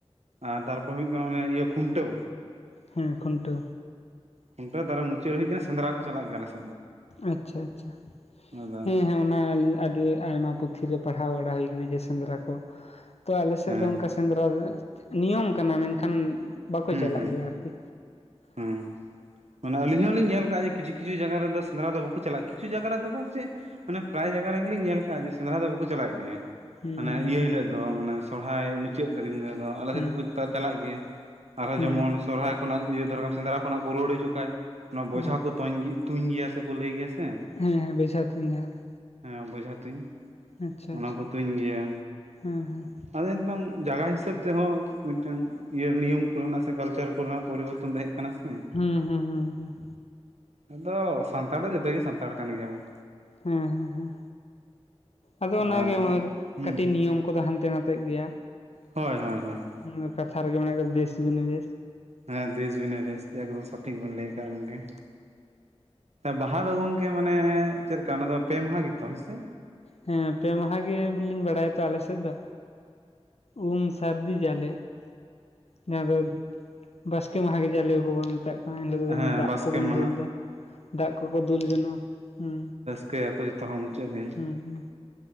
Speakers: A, on the right (about 80°); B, on the left (about 70°).
A: ᱟᱨ ᱛᱟᱨᱯᱚᱨ ᱦᱩᱭᱩᱜ ᱠᱟᱱᱟ ᱤᱭᱟᱹ ᱠᱷᱩᱱᱴᱟᱹᱣ
B: ᱦᱮᱸ ᱠᱷᱩᱱᱴᱟᱹᱣ
A: ᱠᱷᱩᱱᱴᱟᱹ ᱫᱮ ᱢᱩᱪᱟᱹ ᱦᱩᱭ ᱠᱟᱱᱟ ᱥᱮᱱᱸᱨᱟ ᱠᱚ ᱪᱟᱞ ᱜᱮᱭᱟᱮ ᱟᱞᱮ ᱥᱮ
B: ᱟᱪᱪᱷᱟ ᱟᱪᱪᱷᱟ
A: ᱟᱫᱚ
B: ᱦᱮᱸ ᱦᱮᱸ ᱚᱱᱟᱞᱤᱧ ᱟᱹᱰᱤ ᱟᱭᱢᱟ ᱯᱩᱛᱤᱨᱮ ᱯᱟᱲᱦᱟᱣ ᱵᱟᱲᱟ ᱦᱩᱭ ᱟᱠᱟᱱᱟ ᱡᱮ ᱥᱮᱸᱫᱽᱨᱟ ᱠᱚ ᱛᱚ ᱟᱞᱮ ᱥᱮᱫ
A: ᱦᱮᱸ
B: ᱫᱚ ᱚᱱᱠᱟ ᱥᱮᱸᱫᱽᱨᱟ ᱱᱤᱭᱚᱢ ᱠᱟᱱᱟ ᱢᱮᱱᱠᱷᱟᱱ ᱵᱟᱠᱚ
A: ᱦᱩᱸ
B: ᱪᱟᱞᱟᱜ
A: ᱦᱩᱸ
B: ᱜᱮᱭᱟ ᱟᱨᱠᱤ
A: ᱦᱩᱸ ᱢᱟᱱᱮ ᱟᱞᱤᱧᱚᱸᱞᱤᱧ ᱧᱮᱞ ᱠᱟᱜᱼᱟ ᱡᱟᱜᱟ ᱠᱤᱪᱷᱩ ᱠᱤᱪᱷᱩ ᱡᱟᱭ ᱨᱮ ᱥᱮᱸᱫᱽᱨᱟ ᱫᱚ ᱵᱟᱠᱚ ᱪᱟᱞᱟᱜᱼᱟ ᱠᱪᱷᱩ ᱡᱟᱭᱜᱟ ᱨᱮᱫᱚ ᱫᱚ ᱪᱮᱫ ᱢᱟᱱᱮ ᱯᱨᱟᱭ ᱡᱟᱭᱜᱟ ᱨᱮᱜᱮᱞᱤᱧ ᱧᱮᱞ ᱟᱠᱟᱟᱜᱼᱟ ᱡᱮ ᱥᱮᱸᱫᱽᱨᱟ ᱫᱚ ᱵᱟᱠᱚ ᱪᱟᱞᱟᱜᱮᱫ ᱜᱮᱭᱟ
B: ᱦᱩᱸ
A: ᱢᱟᱱᱮ
B: ᱦᱩᱸ
A: ᱤᱭᱟᱹ ᱦᱤᱞᱳᱜ ᱫᱚ ᱢᱟᱱᱮ ᱥᱚᱨᱦᱟᱭ ᱢᱩᱪᱟᱹᱫ ᱫᱟᱹᱞᱤᱧ ᱫᱚ ᱟᱞᱮ
B: ᱦᱮᱸ
A: ᱥᱮᱫ ᱫᱚᱠᱚ ᱪᱟᱞᱟᱜ ᱜᱮᱭᱟ ᱟᱨᱦᱚᱸ
B: ᱦᱮᱸ
A: ᱡᱮᱢᱚᱱ ᱥᱚᱦᱨᱟᱭ ᱠᱷᱚᱱᱟᱜ ᱤᱭᱟᱹ ᱫᱷᱚᱨᱠᱟ ᱥᱮᱸᱫᱽᱨᱟ ᱠᱷᱚᱱᱟᱜ ᱠᱚ ᱨᱩᱣᱟᱹᱲ ᱦᱤᱡᱩᱜ ᱠᱷᱟᱱ ᱚᱱᱟ ᱵᱚᱡᱷᱟ
B: ᱦᱮᱸ
A: ᱠᱚ ᱛᱚᱧ <unintelligible> ᱛᱩᱧ ᱜᱮᱭᱟ ᱥᱮ ᱠᱚ ᱞᱟᱹᱭ ᱜᱮᱭᱟ ᱥᱮ
B: ᱦᱮᱸ ᱦᱮᱸ ᱵᱮᱥᱴᱡᱷᱟ ᱛᱩᱧ ᱡᱟᱦᱟ ᱫᱚ
A: ᱦᱮᱸ ᱵᱮᱡᱷᱟ ᱛᱤᱧ
B: ᱟᱪᱪᱷᱟ ᱟᱪᱪᱷᱟ
A: ᱚᱱᱟᱠᱚ ᱛᱩᱧ ᱜᱮᱭᱟ
B: ᱦᱮᱸ ᱦᱮᱸ
A: ᱟᱫᱚ ᱱᱤᱛᱚᱝ ᱡᱟᱭᱜᱟ ᱦᱤᱥᱟᱹᱵᱽ ᱛᱮᱦᱚᱸ ᱢᱤᱫᱴᱟᱝ ᱤᱭᱟᱹ ᱱᱤᱭᱚᱢ ᱠᱚᱨᱮᱱᱟᱜ ᱥᱮ ᱠᱟᱞᱪᱟᱨ ᱠᱚᱨᱮᱱᱟᱜ ᱯᱚᱨᱤᱵᱚᱨᱛᱚᱱ ᱛᱟᱦᱮᱸ ᱠᱟᱱᱟ ᱥᱮ
B: ᱦᱩᱸ ᱦᱩᱸ ᱦᱩᱸ ᱦᱩᱸ
A: ᱟᱫᱚ ᱥᱟᱱᱛᱟᱲ ᱫᱚ ᱡᱩᱫᱚ ᱜᱮ ᱥᱟᱱᱛᱟᱲ ᱠᱟᱱ ᱜᱮᱭᱟᱵᱚᱱ
B: ᱦᱮᱸ ᱦᱮᱸ ᱦᱮᱸ ᱟᱫᱚ ᱚᱱᱟᱜᱮ
A: ᱟᱨ ᱦᱩᱸ
B: ᱠᱟᱹᱴᱤᱡ ᱱᱤᱭᱚᱢ ᱠᱚᱫᱚ ᱦᱟᱱᱛᱮ ᱱᱟᱛᱮ ᱜᱮᱭᱟ
A: ᱦᱳᱭ ᱦᱳᱭ ᱦᱳᱭ
B: ᱦᱩᱸ ᱠᱟᱛᱷᱟ ᱨᱮᱜᱮ ᱠᱚ ᱢᱮᱱ ᱫᱮᱥ ᱜᱩᱱ ᱵᱮᱥ
A: ᱦᱮᱸ ᱫᱮᱥ ᱵᱤᱱᱟᱹ ᱵᱮᱥ ᱮᱠᱫᱚᱢ ᱥᱚᱴᱷᱤᱠ ᱵᱤᱱ ᱞᱟᱹᱭ ᱠᱫ ᱜᱚᱢᱠᱮ ᱵᱟᱦᱟᱸ ᱫᱚ ᱜᱚᱝᱠᱮ ᱢᱟᱱᱮ ᱪᱮᱫᱞᱮᱠᱟ ᱚᱱᱟ ᱫᱚ ᱯᱮ ᱢᱟᱦᱟ ᱜᱮᱛᱚ ᱦᱮᱸ ᱥᱮ
B: ᱦᱮᱸ ᱯᱮ ᱢᱟᱦᱟ ᱜᱮᱞᱤᱧ ᱵᱟᱲᱟᱭᱟ ᱛᱚ ᱟᱞᱮᱥᱮᱫ ᱫᱚ ᱩᱢ ᱥᱟᱹᱨᱫᱤ ᱡᱟᱞᱮ ᱡᱟᱦᱟᱸ ᱫᱚ ᱵᱟᱥᱠᱮ ᱢᱟᱦᱟ ᱜᱮ ᱡᱟᱞᱤ ᱦᱚ ᱵᱚᱱ ᱢᱮᱛᱟᱜ ᱠᱟᱱ ᱮᱱᱦᱤᱞᱳᱜ
A: ᱦᱮᱸ
B: ᱫᱚ ᱫᱟᱜ
A: ᱵᱟᱥᱠᱮ
B: ᱠᱚᱵᱚᱱ
A: ᱢᱟᱦᱟ
B: ᱫᱩᱞᱫᱟ ᱫᱟᱜ ᱠᱚᱠᱚ ᱫᱩᱞ ᱡᱮᱱᱚᱼᱟ ᱦᱮᱸ
A: ᱠᱮ ᱭᱟᱠᱚ ᱡᱚᱛᱚ ᱢᱩᱪᱟᱹᱫ ᱫᱤᱱ
B: ᱦᱩᱸᱟᱨ